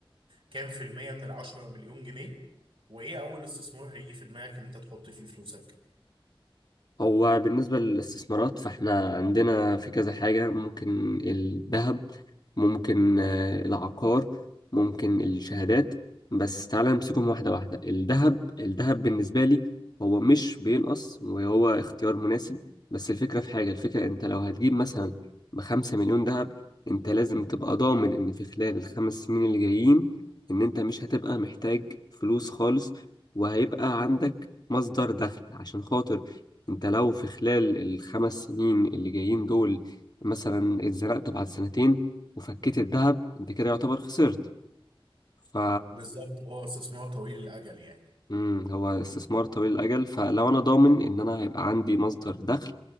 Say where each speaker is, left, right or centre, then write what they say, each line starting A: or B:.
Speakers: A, on the right; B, on the left.
A: كام في المية من العشرة مليون جنيه وايه اول استثمار هيجي في دماغك ان انت تحط فيه فلوسك
B: هو بالنسبة للاستثمارات فاحنا عندنا في كذا حاجة ممكن الذهب ممكن آه، العقار ممكن الشهادات بس تعالى نمسكهم واحدة واحدة الذهب الذهب بالنسبة لي هو مش بينقص وهو اختيار مناسب بس الفكرة في حاجة الفكرة انت لو هتجيب مثلا بخمسة مليون ذهب انت لازم تبقى ضامن ان في خلال الخمس سنين اللي جايين ان انت مش هتبقى محتاج فلوس خالص وهيبقى عندك مصدر دخل عشان خاطر انت لو في خلال الخمس سنين اللي جايين دول مثلا اتزنقت بعد سنتين وفكيت الذهب انت كده يعتبر خسرت ف
A: بالظبط هو استثمار طويل الاجل يعني
B: مم، هو استثمار طويل الاجل فلو انا ضامن ان انا هيبقى عندي مصدر دخل